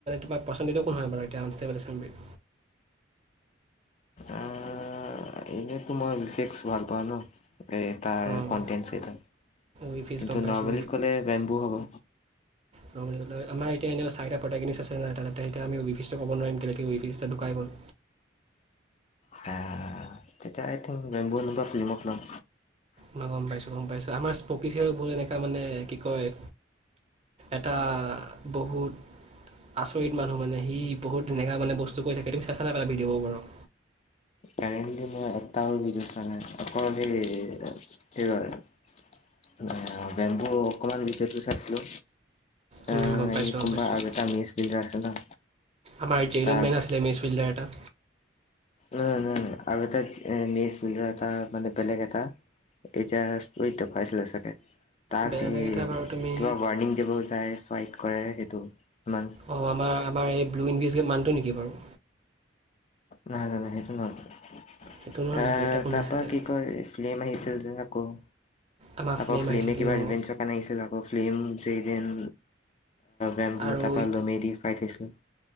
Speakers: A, on the right; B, on the left.
A: তোমাৰ পছন্দিত কোন হয় বাৰু অনষ্টেম্বলিৰ।
B: আঁ আঁ' এই- এনে তো মই বিশেষ ভাল পাওঁ ন, এই- তাৰ
A: অঁ
B: কনটেচকেইটা,
A: উইভিজ
B: কিন্তু
A: গম পাইছোঁ
B: নৰ্মেলি ক'লে বেম্বু হ'ব।
A: নৰমেলি কলে, আমাৰ এতিয়া এনেও চাৰিটা প্ৰডাক্টিন্চ আছে ন, এতিয়া তাতে আমি নিৰ্দ্দিষ্ট ক'ব নোৱাৰিম কেনেকে ৱেভিষ্টটো ঢোকায় গ'ল।
B: হা। তেতিয়া আই থিং বেম্বু নাই বা ফিলিমক লগ পাম।
A: মই গম পাইছোঁ গম পাইছোঁ, আমাৰ স্পকীচিৰবোৰ এনেকুৱা মানে কি কয়? এটা বহুত- আচৰিত মানুহ মানে সি বহুত তেনেকা মানে বস্তু কৰি থাকে তুমি চাইছা নাই ভিডিঅ'বোৰ বাৰু
B: কাৰেণ্টলী মই আঠটা মান ভিডিঅ চোৱা নাই বেম্বু অকমান ভিদেওতো চাইছিলো
A: উম,
B: আহ
A: গম পাইছোঁ
B: এই
A: গম
B: কোনবা
A: পাইছোঁ
B: আৰু এটা মিছ ফিল্টাৰ আছে ন
A: আমাৰ জি এ
B: তাক
A: মেন আছিলে মিছ ফিল্টাৰ এটা
B: না না আৰু এটা মেচ ফিল্টাৰ এটা মানে বেলেগ এটা এতিয়া ষ্টোৰিতে পাইছিলা চাগে তাক
A: বেলেগ
B: এই
A: এটা বাৰু তুমি
B: কিবা ৱাৰ্ণিং দিব যায় ফাইট কৰে সেইটো ইমান
A: অঁ আমাৰ আমাৰ এই ব্লুইন বিজ গে মানুহটো নেকি বাৰু
B: নাই নাই নাই সেইটো নহয়
A: সেইটো নহয়
B: এ
A: নেকি এতিয়া কোন
B: তাৰ
A: আছিলে
B: পৰা কি কয় ফিল্ম আহিছে যে আকৌ
A: আমাৰ
B: আকৌ
A: ফ্লেম
B: ফিল্মে
A: আহিছিল
B: কিবা
A: ন
B: ৰিভেনচৰ কাৰণে আহিছে যাম ফিল্ম জেদিন বেম্বু
A: আৰু
B: তাৰপা লমেদি ফাইট হৈছিল